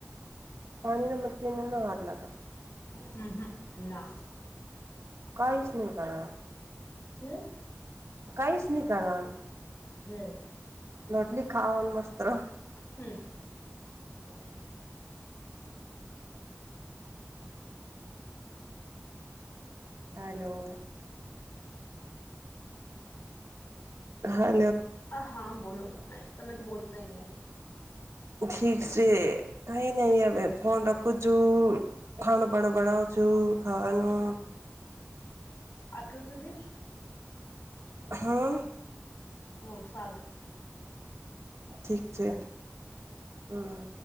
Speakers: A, on the right (about 75°); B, on the left (about 65°).
A: પાણી ના મટીકીને હાથ ન લગા
B: હમ-હમ ના.
A: કઈશ નીકલ
B: હ
A: કઈશ નહી કરવાનું.
B: હ.
A: રોટલી ખાવાને મસ્ત્ રહો.
B: હમ
A: હચ્છા -અચ્છા હલો. હા.
B: હા બોલો તમે. તમે તો બોલતાય નહી
A: ઠીક છે કઈ નઈ હવે ફોન રખું છું ખાણ- પાણ બનાવ છું. શું ખાવાનું?
B: આટલું જલદી?
A: હા.
B: બહ સારું.
A: ઠીક છે હા.